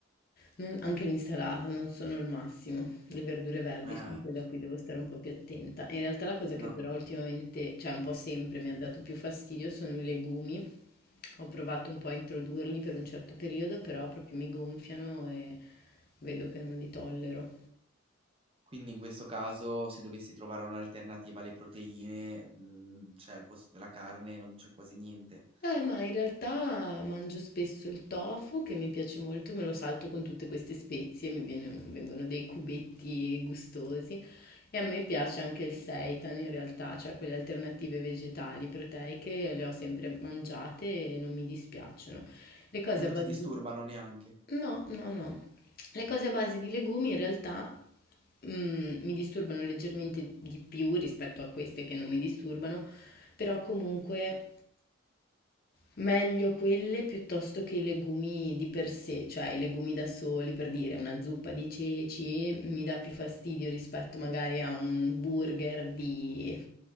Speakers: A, on the left (about 45°); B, on the right (about 25°).
A: Non- anche l'insalata non sono il massimo. Le verdure verdi
B: Eh,
A: sono quelle a cui devo stare un po' più attenta. In realtà la cosa
B: no.
A: che però ultimamente, cioè un po' sempre mi ha dato più fastidio sono i legumi. Ho provato un po' a introdurli per un certo periodo, però proprio mi gonfiano e vedo che non li tollero.
B: Quindi in questo caso se dovessi trovare un'alternativa alle proteine, mhmm, cioè al posto della carne non c'è quasi niente.
A: Eh, ma in realtà mangio spesso il tofu che mi piace molto, me lo salto con tutte queste spezie, mi viene- vengono dei cubetti gustosi e a me piace anche il seitan in realtà, cioè quelle alternative vegetali proteiche, le ho sempre mangiate e non mi dispiacciono. Le cose
B: E non
A: a base
B: ti disturbano
A: di...
B: neanche.
A: No, no, no. Le cose a base di legumi in realtà mm, mi disturbano leggermente di più rispetto a queste che non mi disturbano, però comunque meglio quelle piuttosto che i legumi di per sé, cioè i legumi da soli, per dire una zuppa di ceci mi dà più fastidio rispetto magari a un burger di,